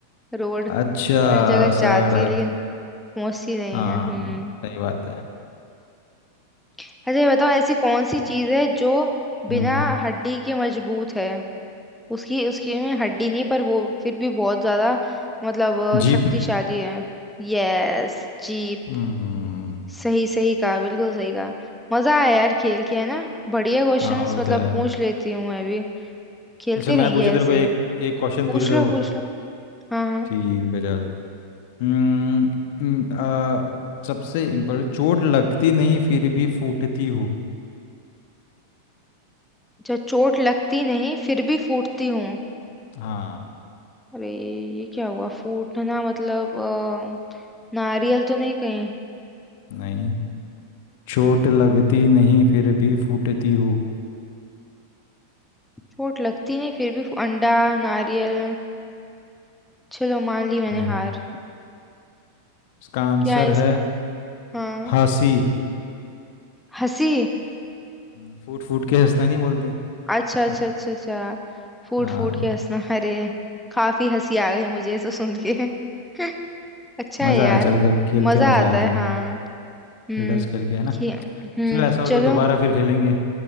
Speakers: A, in the centre; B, on the left.
A: रोड
B: अच्छा
A: हर जगह
B: सड़क
A: जाती है लेकिन पहुंचती नहीं
B: हाँ
A: है हम
B: सही बात है
A: अच्छा ये बताओ ऐसी कौन सी चीज है जो बिना
B: हम्म
A: हड्डी के मजबूत है उसकी उसकी में हड्डी नहीं पर वो फिर भी बहुत ज्यादा मतलब अ,
B: जीप
A: शक्तिशाली है Yes jeep
B: हम्म
A: सही सही कहा बिल्कुल सही कहा मजा आया यार खेल के है ना बढ़िया क्वेश्चंस
B: हाँ वो
A: मतलब
B: तो है
A: पूछ लेती हूँ मैं भी खेलते
B: अच्छा
A: रहेंगे
B: मैं पूछू तेरे
A: ऐसे
B: को एक एक क्वेश्चन
A: पूछ
B: पूछू
A: लो
B: तेरे
A: पूछ
B: को
A: लो हाँ हाँ
B: ठीक है चल हम्म, हम्म, आ, सबसे इम्पोर्टेंट चोट लगती नहीं फिर भी फूटती हूँ
A: जब चोट लगती नहीं फिर भी फूटती हूँ
B: हाँ
A: अरे ये क्या हुआ फूटना मतलब अ, नारियल तो नहीं कहीं
B: नहीं चोट लगती नहीं फिर भी फूटती हूँ
A: चोट लगती नहीं फिर भी फू- अंडा नारियल चलो मान ली मैंने
B: नहीं
A: हार
B: इसका आंसर
A: क्या है इसका
B: है
A: हाँ
B: हंसी
A: हंसी
B: हम्म, फूट फूट के हंसना नहीं बोलते <laughs>
A: अच्छा अच्छा
B: हम्म,
A: अच्छा अच्छा फूट
B: हाँ
A: फूट के हंसना अरे काफी हंसी आ गई मुझे इसको सुन के <laughs> अच्छा
B: मज़ा
A: है यार
B: आया चल बस खेल
A: मजा
B: के मज़ा
A: आता
B: आया
A: है
B: पजल
A: हाँ हम्म
B: रिडल्स खेल के है ना
A: खे- हम्म
B: चल ऐसा हो
A: चलो
B: तो दोबारा फिर खेलेंगे